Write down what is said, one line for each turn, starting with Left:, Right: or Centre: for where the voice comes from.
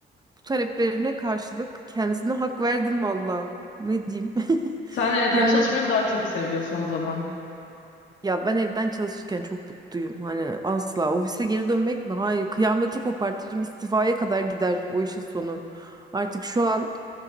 Right: bu taleplerine karşılık kendisine hak verdim valla. Ne diyeyim? <laughs>
Left: sen evden
Right: Yani
Left: çalışmayı daha çok seviyorsun o zaman.
Right: ya ben evden çalışırken çok mutluyum. Hani asla ofise geri dönmek mi? Hayır, kıyameti kopartırım, istifaya kadar gider o işin sonu. Artık şu an